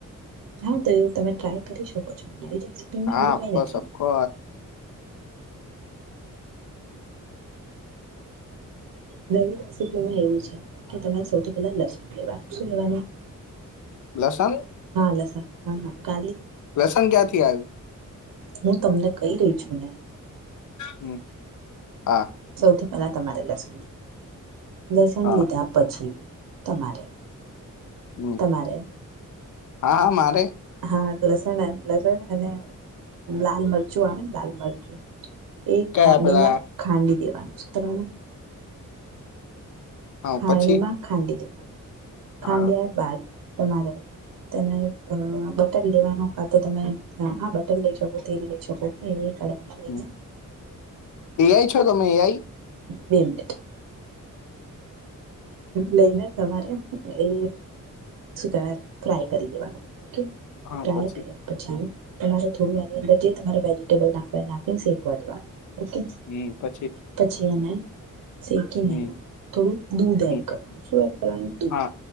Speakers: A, on the right (about 90°); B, on the left (about 65°).
A: હા તો એવું તમે ટ્રાય કરી શકો છો નવી જ માં
B: આખો
A: એવું કઈ નથી.
B: સખો
A: નવી રેસીપીમાં એવું છે કે તમારે સૌથી પેલા લસ લેવાનું શું લેવાનું.
B: લસન
A: લસન હા હા કા
B: લસન ક્યાંથી આવ્યું
A: હું તમને કઈ રહી છું અનેને
B: હમ હા
A: સૌથી બ તમારે લસ લસણ
B: હા
A: લીધા પછી. તમારે
B: હમ
A: તમારે
B: હા હા મારે
A: હા લસણા લસણ અને લાલ મરચું આવે ને લાલ મરચું. એ ખાંડી
B: કયા પેલા
A: માં ખાંડી દેવા. સુત્રણ
B: હા
A: ખાણી
B: પછી
A: માં ખાંડી દેવ હમ ખાડ્યા
B: હા
A: બાદ. તમારે તેને અ બટર લેવાનું કા તો તમે આ બટર લઈ શકો તેલ લઈ શકો કે કડાઈમાં લઈને
B: હ એઆઈ છો તમે એઆઈ.
A: બે મિનિટ. લઈને તમારે એ શું કેવાય ફ્રાય કરી દેવાનું. ઓકે
B: હા
A: ટ્રાય
B: પછી
A: કર્યા પછી. તમારે થોડું એની અંદર જે તમારે વેજીિટેબલ નાખવા નાખીને શેકવા દેવાનું. ઓકે
B: હમ પછી
A: પછી એને સેકીને
B: હમ
A: થોડું દૂધ
B: હમ
A: એડ કરવાનું શું આપવાનું દૂધ
B: હા